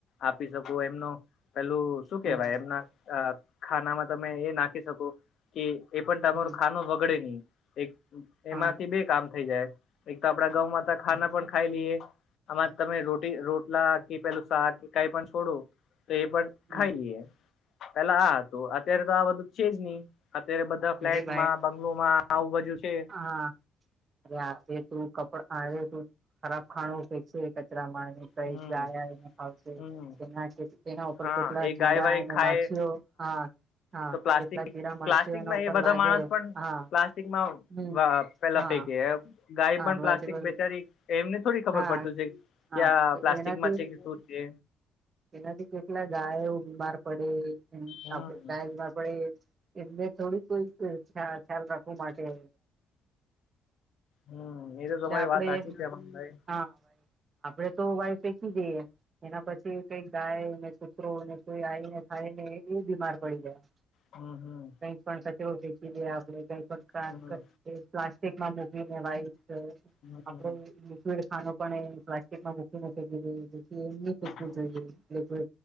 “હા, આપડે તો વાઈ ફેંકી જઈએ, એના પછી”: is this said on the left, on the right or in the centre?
Right